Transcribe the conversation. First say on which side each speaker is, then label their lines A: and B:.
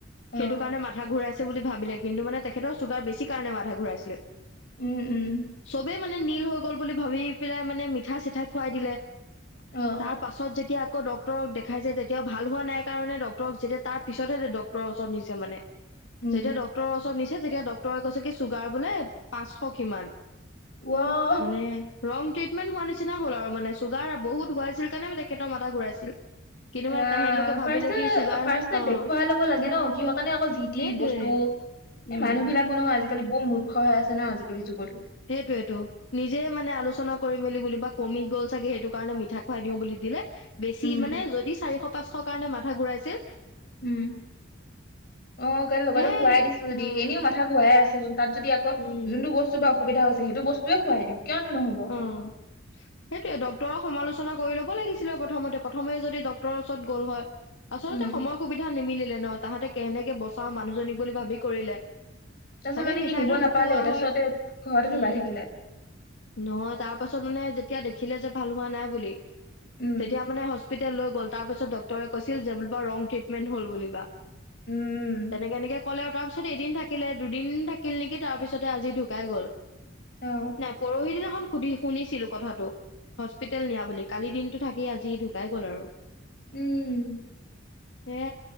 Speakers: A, on the left (about 50°); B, on the left (about 75°).
A: অহ
B: সেইটো কাৰণে মাথা ঘূৰাইছে বুলি ভাবিলে কিন্তু মানে তেখেতৰ চুগাৰ বেছি কাৰণে মাথা ঘূৰাইছিল।
A: উম উম
B: চবেই মানে নীল হৈ গ'ল বুলি ভাবি পেলাই মানে মিঠা-চিঠা খুৱাই দিলে।
A: অহ
B: তাৰ পাছত যেতিয়া আকৌ ডক্টৰক দেখাইছে তেতিয়াও ভাল হোৱা নাই কাৰণে ডক্টৰক যেতিয়া, তাৰ পিছতহে ডক্টৰৰ ওচৰত নিছে মানে।
A: উম
B: যেতিয়া ড্ক্তৰৰ ওচৰত নিচছে যেতিয়া ডক ডক্টৰে কৈছে কি চুগাৰ বোলে পাঁচশ কিমান।
A: ৱ
B: মানে ৰং ট্ৰিটমেণ্ট হোৱা নিচিনা হ'ল আৰু মানে চুগাৰ বহুত হোৱা আছিল কাৰণে তেখেতৰ মাথা ঘূৰাইছিল। কিন্তু
A: এয়া
B: মানে তেহেতলোকে ভাবিলে
A: ফাৰ্ষ্টে
B: কি চুগাৰ
A: ফাৰ্ষ্টটোয়ে
B: অ',
A: দেখুৱাই ল'ব লাগে ন, কিহৰ কাৰণে আকৌ জি টি
B: সেইটোয়ে
A: বস্তু।
B: উম,
A: এই মানুহ বিলাকো নহয় আজি বোম মূৰ্খ হৈ আছে ন আজিকি যুগতো।
B: সেইটোৱেটো, নিজে মানে আলোচনা কৰি মেলি বুলি বা কমি গল চাগে সেইটো কাৰণে মিঠা খোৱাই দিও বুলি দিলে বেছি
A: উম
B: মানে যদি চাৰিশ পাঁচশ কাৰণে মা কথা ঘূৰাইছে।
A: উম অ গ লগতে
B: হে
A: খোৱাই দিছো যদি
B: অ',
A: এনেও মাথা ঘোৰাাই আছে তাত যদি আকৌ
B: উম,
A: যোনটো বস্তু বা। সুবিধা হৈছে সেইটো বস্তুৱে খুৱাই দিওঁ। কিয়নো নহব
B: উম সেইটোয়ে ড। ডটৰক সমালোচনা কৰি ল'ব লাগিছিলে প্ৰথমতে প্ৰথমে যদি ড্টৰৰ ওচৰত গ'ল হয়। আচলতে
A: উম
B: সময় সুবিধা নিমিলিলে ন তাহাঁতে কেনেকে বচাও মানুহজনীক। বুলি ভাবি কৰিলে।
A: তাৰপিছত
B: চাগে
A: মানে
B: মিঠাইটো
A: কি নিব নাপালে
B: নোখোৱা
A: তাৰপিছতে
B: হয়
A: ঘৰতে
B: উম,
A: ধুবাই থাকিলে।
B: নহয় তাৰ পাছত মানে যেতিয়া দেখিলে যে ভাল হোৱা নাই বুলি।
A: উম
B: তেতিয়া মানে হস্প। লৈ গ'ল তাৰ পিছত ডক্টৰে কৈছিল যে বোলা ৰং ট্ৰিটমেণ্ট হল বুলি বা।
A: উম
B: তেনেকে এনেকে ক'লেও তাৰ পিছত। ত এদিন থাকিলে দুদিন থাকিল নেকি। তাৰ পিছতে আজি ঢুকাই গ'ল।
A: অ
B: নাই পৰোহ ন। খন সুধি শুনিছিলো কথাটো হস্পিতেল নিয়া বুলি কালি দিনটো থাকি আজি ঢুকাই গ'ল আৰু।
A: উম
B: হে